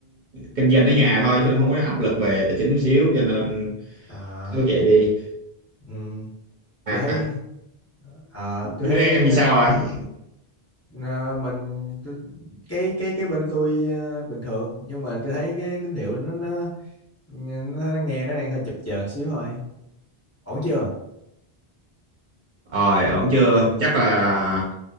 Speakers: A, on the right; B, on the left.
A: kinh doanh ở nhà thôi chứ nó không có áp lực về tài chính chút xíu cho nên
B: à
A: cứ vậy đi
B: ừ
A: à,
B: tôi thấy à tôi
A: đứa
B: thấy
A: em
B: ờ,
A: thì sao rồi
B: À, mình t- cái cái cái bên tôi à, bình thường nhưng mà tôi thấy cái tín hiệu nó nó nó, nghe nó đang hơi chập chờn xíu thôi ổn chưa
A: rồi ổn chưa chắc là